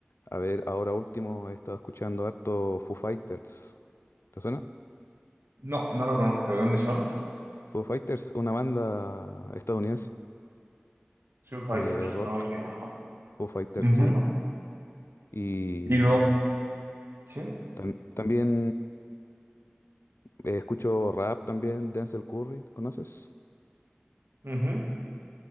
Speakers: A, on the left (about 80°); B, on the right (about 70°).
A: a ver, ahora último he estado escuchando harto Foo Fighters. ¿Te suena?
B: No, no lo conozco. ¿De dónde son?
A: Foo Fighters, una banda estadounidense,
B: Foo Fighters,
A: eh, rock,
B: no los conozco.
A: Foo Fighters,
B: Ujú.
A: sí. Y
B: Y luego, ¿sí?
A: tam- también eh, escucho rap también, Denzel Curry, ¿conoces?
B: Ujú.